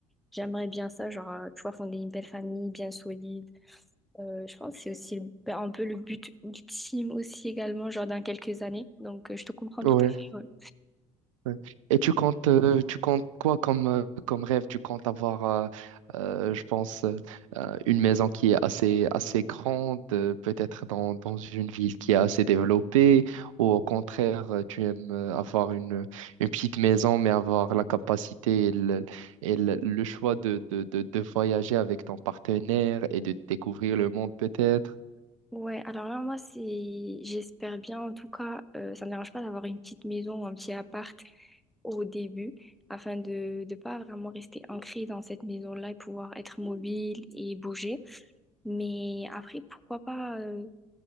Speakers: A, in the centre; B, on the right (about 70°).
A: j'aimerais bien ça, genre, euh, tu vois, fonder une belle famille bien solide. Euh, je pense que c'est aussi ben, un peu le but ultime aussi également, genre dans quelques années. Donc euh, je te comprends
B: Ouais.
A: tout à fait. ouais.
B: Ouais. Et tu comptes, euh, tu comptes quoi comme, euh, comme rêve? Tu comptes avoir, euh, euh, je pense, euh, euh, une maison qui est assez, assez grande, euh, peut-être dans, dans une ville qui est assez développée, ou au contraire, euh, tu aimes euh, avoir une, une petite maison, mais avoir la capacité et le, et le, le choix de, de, de, de voyager avec ton partenaire et de découvrir le monde, peut-être.
A: Ouais, alors là, moi, c'est, j'espère bien, en tout cas, euh, ça ne me dérange pas d'avoir une petite maison ou un petit appart au début, afin de ne pas vraiment rester ancré dans cette maison-là et pouvoir être mobile et bouger. Mais après, pourquoi pas, euh,